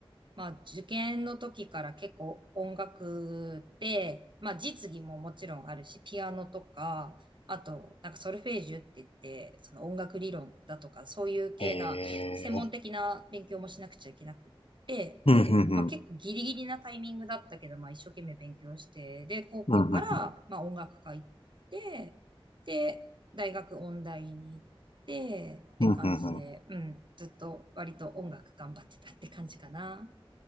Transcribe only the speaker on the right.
まあ、受験の時から結構音楽でまあ、実技ももちろんあるし、ピアノとか、あと、なんかソルフェージュって言って、その音楽理論だとか、そういう系な、
専門的な勉強もしなくちゃいけなくって、
まあ、結構ギリギリなタイミングだったけど、まあ、一生懸命勉強して、で、高校から、
まあ、音楽科行って、で、大学音大に行って、って感じで、
うん、ずっと割と音楽頑張ってたって感じかな。